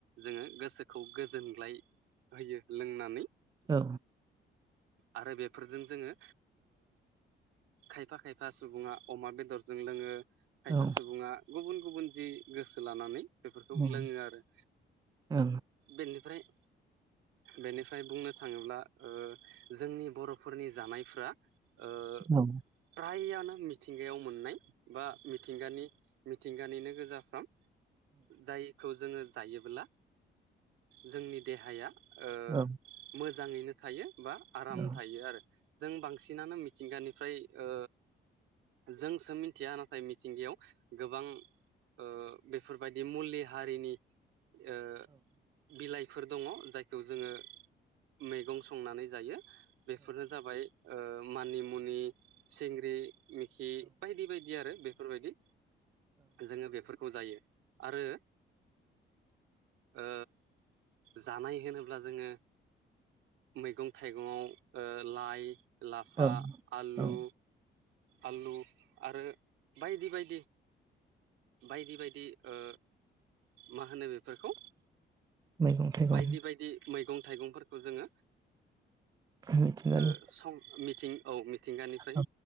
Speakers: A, on the right; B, on the right.
A: जोङो गोसोखौ गोजोनग्लाय होयो लोंनानै
B: औ
A: आरो बेफोरजों जोङो खायफा खायफा सुबुङा अमा बेदरजों लोङो खायफा
B: औ ओं
A: सुबुङा गुबुन गुबुन जि गोसो लानानै बेफोरखौ
B: ओं
A: लोङो आरो
B: औ
A: बेनिफ्राय बेनिफ्राय बुंनो थाङोब्ला ओ जोंनि बर'फोरनि जानायफ्रा ओ
B: ओम औ
A: फ्रायानो मिथिंगायाव मोननाय बा मिथिंगानि मिथिंगानिनो गोजाफ्राम जायखौ जोङो जायोब्ला जोंनि देहाया ओ
B: औ
A: मोजाङैनो थायो बा आराम
B: औ
A: थायो आरो जों बांसिनानो मिथिंगानिफ्राय ओ जोंसो मिथिया नाथाय मिथिंगायाव गोबां ओ बेफोरबायदि मुलि हारिनि ओ बिलाइफोर दङ जायखौ जोङो मैगं संनानै जायो बेफोरनो जाबाय ओ मानि मुनि सिंग्रि मिखि बायदि बायदि आरो बेफोरबायदि जोङो बेफोर खौ जायो आरो ओ जानाय होनोब्ला जोङो मैगं थाइगंआव ओ लाइ लाफा
B: औ
A: आलु
B: औ
A: आलु आरो बायदि बायदि बायदि बायदि ओ मा होनो बेफारखौ
B: मैगं थाइगं
A: बायदि बायदि मैगं थाइगंफोरखौ जोङो
B: मिथिंगानि
A: ओ सं मिथिं औ मिथिंगानिफ्राय
B: औ